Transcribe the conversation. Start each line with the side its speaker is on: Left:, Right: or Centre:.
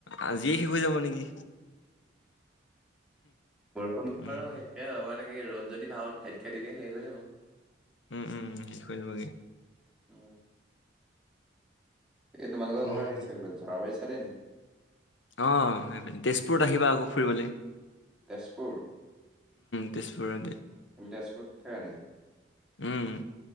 Left: আজিয়ে শেষ হৈ যাব নেকি।
Centre: বৰষুণ
Left: উম
Centre: আৰু শেষে মানে কি ৰ'দ যদি ভাল টাইতকে দি দিয়ে, শেষ হৈ যাব।
Left: উম, উম, শেষ হৈ যাবগে।
Centre: অ'। এই তোমালোকৰ
Left: উম।
Centre: ঘৰ সেই জৰাবাৰী সাইদে নেকি।
Left: অ, সেই তেজপুৰত আহিবা আকৌ ফুৰিবলৈ।
Centre: তেজপুৰ,
Left: তেজপুৰতে
Centre: তুমি তেজপুৰত থাকা নেকি?
Left: উম।